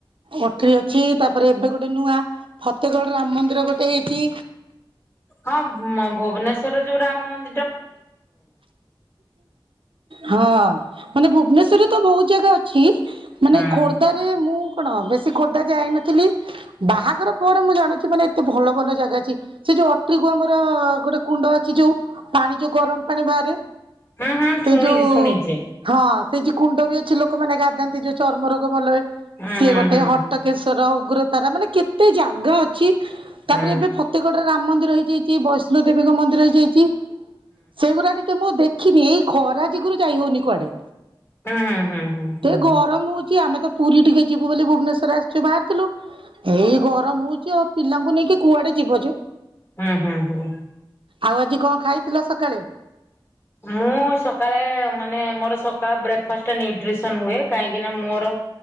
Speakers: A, on the right; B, on the left.
A: ଅଟ୍ରି ଅଛି ତାପରେ ଏବେ ଗୋଟେ ନୂଆ ଫତେଗଡ ରାମ ମନ୍ଦିର ଗୋଟେ ହେଇଛି।
B: ହଁ ମ ଭୁବନେଶ୍ଵର ଯୋଉ ରାମ ମନ୍ଦି
A: ହଁ ମାନେ ଭୁବନେଶ୍ୱରରେ ତ ବହୁତ ଜାଗା ଅଛି ମାନେ
B: ହୁଁ
A: ଖୋର୍ଦ୍ଧାରେ ମୁଁ କଣ ବେଶୀ ଖୋର୍ଦ୍ଧା ଯାଇନଥିଲି। ବାହାଘର ପରେ ମୁଁ ଜାଣୁଛି ମାନେ ଏତେ ଭଲ ଭଲ ଜାଗା ଅଛି। ସେ ଯୋଉ ଅଟ୍ରିକୁ ଆମର ଗୋଟେ କୁଣ୍ଡ ଅଛି ଯୋଉ। ପାଣି ଯୋଉ ଗରମ ପାଣି ବାହାରେ
B: ହୁଁ ହୁଁ
A: ସେଇ
B: ଶୁଣିଛି
A: ଯୋଉ
B: ଶୁଣିଛି
A: ହଁ ସେଇ ଯି କୁଣ୍ଡ ବି ଅଛି ଲୋକମାନେ ଗାଧାନ୍ତି ଯୋଉ ଚର୍ମ ରୋଗ ଭଲ ହୁଏ
B: ହୁଁ
A: ସିଏ
B: ହୁଁ
A: ଗୋଟେ
B: ହୁଁ
A: ହଟ କେଶର ଉଗ୍ରତାରା ମାନେ କେତେ ଜାଗା ଅଛି ତାପରେ
B: ହୁଁ।
A: ଏବେ ଫତେଗଡରେ ରାମ ମନ୍ଦିର ହେଇଯାଇଛି ବୈଷ୍ଣୋ ଦେବୀଙ୍କ ମନ୍ଦିର ହେଇଯାଇଛି। ସେଇଗୁଡା ଟିକେ କେ ମୁଁ ଦେଖିନି ଏଇ ଖରା ଯୋଗୁରୁ ଯାଇ ହଉନି କୁଆଡେ।
B: ହୁଁ ହୁଁ ହୁଁ ହୁଁ ହୁଁ
A: ସେ ଗରମ
B: ହୁଁ
A: ହଉଛି ଆମେ ତ ପୁରୀ ଟିକେ ଯିବୁ ବୋଲି ଭୁବନେଶ୍ୱର ଆସିଚୁ ବାହାରଥିଲୁ। ଏଇ ଗରମ ହଉଛି ଆଉ ପିଲାଙ୍କୁ ନେଇକି କୁଆଡେ ଯିବ ଯେ
B: ହୁଁ ହୁଁ ହୁଁ
A: ଆଉ ଆଜି କଣ ଖାଇଥିଲ ସକାଳେ?
B: ମୁଁ ସକାଳେ ମାନେ ମୋର ସକାଳେ ବ୍ରେକ୍ ଫାଷ୍ଟ ନିୟୁଟ୍ରିସନ ହୁଏ କାହିଁକି ନା ମୋର